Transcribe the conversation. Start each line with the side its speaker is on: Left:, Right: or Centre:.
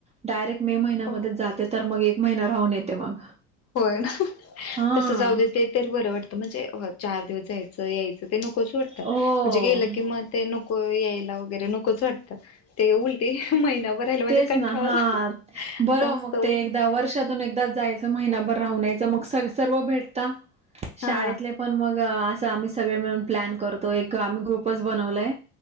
Right: डायरेक्ट मे महिन्या
Left: हो
Right: मध्येचं जाते, तर मग महिना राहून येते मग.
Left: होय ना,
Right: हा
Left: तसं जाऊ दे ते तर बरं वाटतं, म्हणजे चार दिवस जायचं यायचं ते नकोच वाटतं,
Right: हो
Left: म्हणजे गेलं कि मग ते नको यायला वगैरे नकोच वाटतं. ते उलटी महिनाभर राहिलं म्हणजे
Right: तेच
Left: कंठाळ
Right: ना हां, बरं
Left: जास्त
Right: मग ते एकदा वर्षातून एकदाचं जायचं महिनाभर राहून यायचं मग सर सर्व भेटता
Left: हा
Right: शाळेतले पण मग असं. तिथे आम्ही सगळे मिळून प्लॅन करतोय. काम ग्रुपच बनवलय